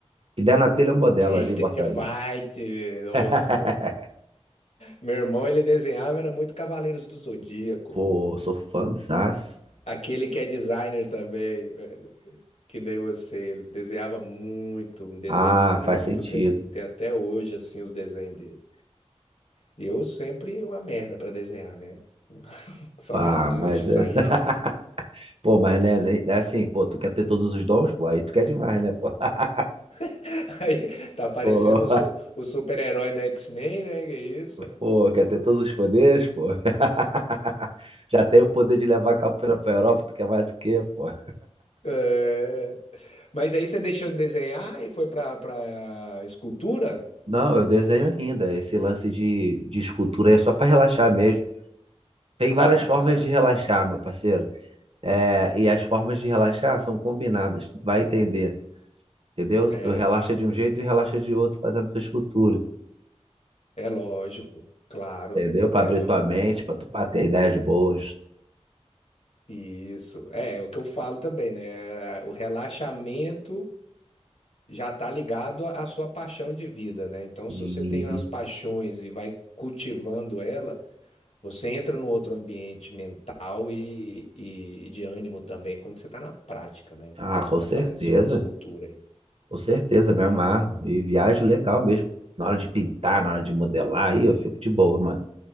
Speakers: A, on the right; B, on the left.
A: Que der na telha eu modelo
B: <laughs>
A: ali,
B: Stage
A: bota ali.
B: fight,
A: <laughs>
B: nossa. Meu irmão, ele desenhava, era muito Cavaleiros do Zodíaco.
A: Pô, sou fãzaço.
B: Aquele que é designer também, velho. Que nem você, desenhava muito, desenha
A: Ah,
B: muito
A: faz sentido.
B: bem. Tem até hoje, assim, os desenhos dele. E eu sempre uma merda pra desenhar, né? Só
A: Pá,
B: garrancho
A: mas... é-
B: saía.
A: <laughs> Pô, mas né, né, é assim, pô, tu quer ter todos os dons, pô, aí tu quer demais, né, pô? <laughs>
B: <laughs> Aí tá parecendo
A: Pô, <laughs>
B: o, su- o super-herói do X-Men, né? Que é isso? Aí,
A: pô, quer ter todos os poderes, pô? <laughs> Já tem o poder de levar a capoeira pra Europa, tu quer mais o quê, pô?
B: é... Mas aí você deixou de desenhar e foi pra, pra escultura?
A: Não, eu desenho ainda. Esse lance de, de escultura é só para relaxar mesmo. Tem várias
B: Ah,
A: formas de relaxar, meu parceiro. É, e as formas de relaxar são combinadas. Tu vai entender, entendeu?
B: é.
A: Tu relaxa de um jeito e relaxa de outro fazendo tua escultura,
B: É lógico, claro.
A: entendeu? Para
B: É,
A: abrir
B: vamos
A: tua mente, para tu pra ter ideias boas.
B: Isso. É, é o que eu falo também, né? O relaxamento já tá ligado à sua paixão de vida, né? Então,
A: E
B: se você tem umas paixões e vai cultivando ela, você entra num outro ambiente mental e, e de ânimo também quando você tá na prática, né?
A: ah,
B: Quando
A: com
B: você tá
A: certeza,
B: fazendo sua escultura aí.
A: com certeza, me amarro. E viajo legal mesmo. Na hora de pintar, na hora de modelar, aí eu fico de boa, mano.